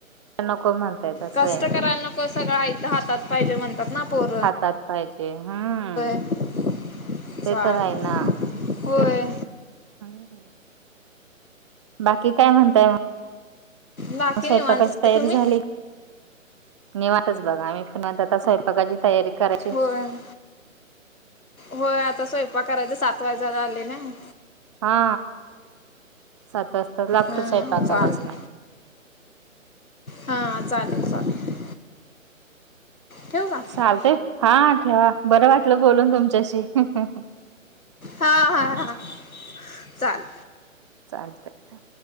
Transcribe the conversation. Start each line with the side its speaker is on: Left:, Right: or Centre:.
Right: नको म्हणतायत असंय
Left: कष्ट करायला नको सगळं आईथ हातात पाहिजे म्हणतात ना पोर
Right: हातात पाहिजे हम्म
Left: <inaudible>
Right: ते
Left: चाल
Right: तर आहे ना
Left: होय
Right: हम्. बाकी काय म्हणताय मग
Left: बाकी
Right: स्वयंपाकाची
Left: निवांतच आहे
Right: तयारी
Left: तुम्ही
Right: झाली निवातच बघा आम्ही आता स्वयंपाकाची तयारी करा
Left: होय होय आता स्वयंपाकराचे सात वाजला आले नई
Right: हा सात वाजता लागतो
Left: हां
Right: स्वयंपाकालाच
Left: चालेल हा चालेल, चालेल ठेवू का
Right: चालते हा ठेवा बरं वाटलं बोलून तुमच्याशी हं, हं
Left: हा, हा हा, हा चाल
Right: चालते